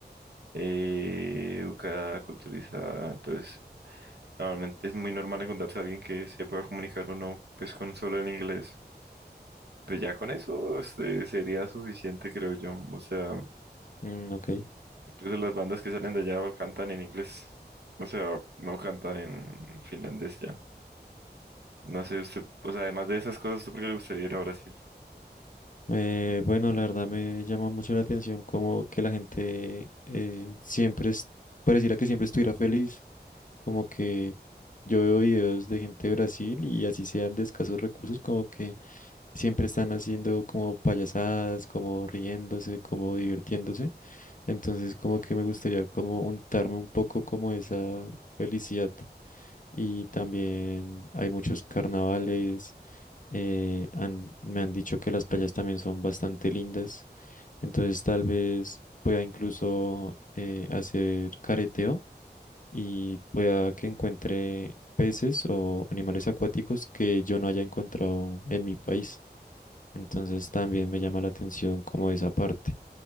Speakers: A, on the right (about 70°); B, on the left (about 50°).
A: eh, educada, culturizada. Entonces, normalmente es muy normal encontrarse a alguien que se pueda comunicar uno, pues, con solo el inglés. Pues ya con eso este, sería suficiente, creo yo. O sea,
B: Mm, ok.
A: incluso las bandas que salen de allá cantan en inglés. O sea, no cantan en finlandés ya. No sé, usted, o sea, además de esas cosas, ¿usted por qué le gustaría ir a Brasil?
B: Eh, bueno, la verdad me llama mucho la atención como que la gente eh, siempre es, pareciera que siempre estuviera feliz, como que yo veo videos de gente de Brasil y así sean de escasos recursos, como que siempre están haciendo como payasadas, como riéndose, como divirtiéndose. Entonces, como que me gustaría como untarme un poco como esa felicidad. Y también hay muchos carnavales. eh, han- me han dicho que las playas también son bastante lindas. Entonces, tal vez pueda incluso eh, hacer careteo y pueda que encuentre peces o animales acuáticos que yo no haya encontrado en mi país. Entonces también me llama la atención como esa parte.